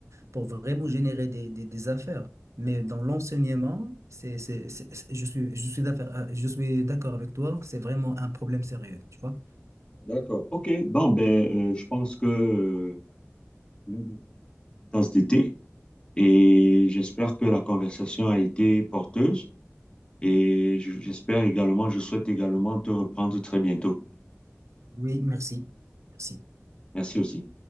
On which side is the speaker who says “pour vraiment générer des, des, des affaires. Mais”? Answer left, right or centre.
Right